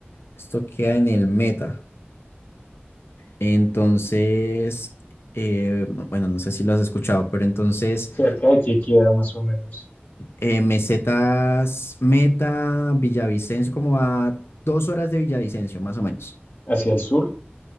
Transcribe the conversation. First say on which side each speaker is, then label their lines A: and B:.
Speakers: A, on the left; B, on the left.
A: Esto queda en el Meta. Entonces, eh, no, bueno, no sé si lo has escuchado, pero entonces
B: Cerca de aquí queda más o menos,
A: eh, Mesetas Meta, Villavicencio, como a dos horas de Villavicencio, más o menos,
B: hacia el sur,